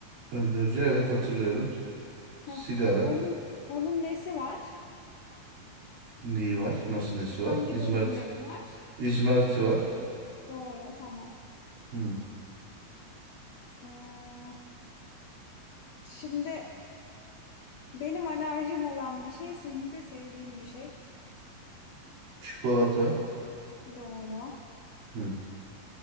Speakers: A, on the right (about 80°); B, on the left (about 70°).
A: Öldürücü. Evet hatırlıyorum. Sigara.
B: Heh. Onun, onun nesi var?
A: Neyi var? Nasıl nesi var?
B: Hangi
A: İzmarit.
B: bölümleri var?
A: İzmariti var.
B: Doğru, tamam.
A: Hı.
B: Ee, şimdi benim alerjim olan bir şey, senin de sevdiğin bir şey.
A: Çikolata.
B: Doğru.
A: Hı.